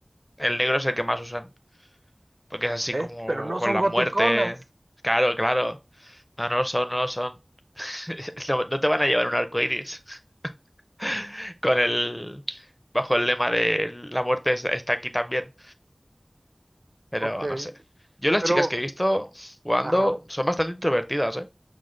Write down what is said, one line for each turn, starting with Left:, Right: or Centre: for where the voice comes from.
Left: el negro es el que más usan, porque es así
Right: ¿Eh?
Left: como
Right: Pero no
Left: con
Right: son
Left: la
Right: goticonas.
Left: muerte. Claro, claro. No, no lo son, no lo son. <laughs> No, no te van a llevar un arco iris <laughs> con el, bajo el lema de la muerte es- está aquí también, pero
Right: Ok,
Left: no sé. Yo las
Right: pero,
Left: chicas que he visto jugando
Right: ajá.
Left: son bastante introvertidas, ¿eh?